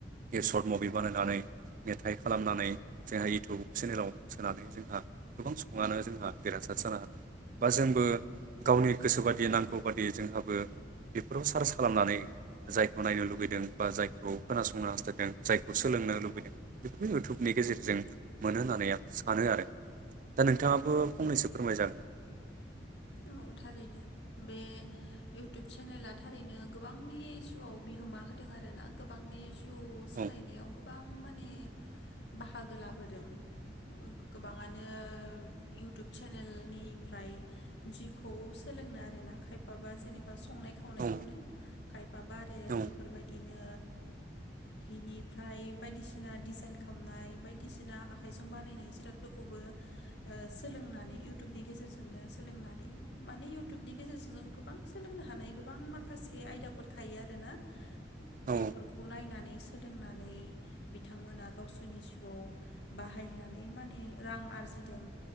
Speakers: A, on the right (about 50°); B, on the left (about 70°).
A: सर्ट मभि बानायनानै मेथाइ खालामनानै जोंहा इउटुब चेनेलाव सोनानै जोंहा गोबां सुबुङानो जोंहा देरहासार जानो हादों बा जोंबो गावनि गोसो बादि नांगौ बादि जोंहाबो बेफोराव सार्च खालामनानै जायखौ नायनो लुुबैदों बा जायखौ खोनासंनो हास्थायदों जायखौ खौ सोलोंनो लुबैदों बेखौनो इउटुबनि गेजेरजों मोनो होननानै आं सानो आरो दा नोंथाङाबो फंनैसो फोरमाय जागोन
B: औ थारैनो बे इउटुब चेनेला थारैनो गोबांनि जिउआव बिहोमा होदों आरोना गोबांनि यु सोलायनायाव
A: औ
B: गोब बां माने बाहागो लाबोदों गोबाङानो इउटुब चेनेलनिफ्राय जिखौ सोलोंनो आरो ना खायफा बा जेनेबा संनाय खावनायखौनो
A: औ
B: खायफा बारो
A: औ
B: बेफोरबायदिनो हिनिफ्राय बायदिसिना डिजाइन खामनाय बायदिसिना आखाइजों बानायनाय जिरादफोरखौबो सोलोंनानै इउटुबनि गेजेरजोंनो सों सोलोंनानै माने उटुबनि गेजेरजों जों गोबां सोलोंनो हानाय गोबां माखासे आयदाफोर थायो आरोना
A: औ
B: बेफोरखौ नायनानै सोलोंनानै बिथांमोना गावसोरनि जिउआव बाहायनानै माने रां आरजिदों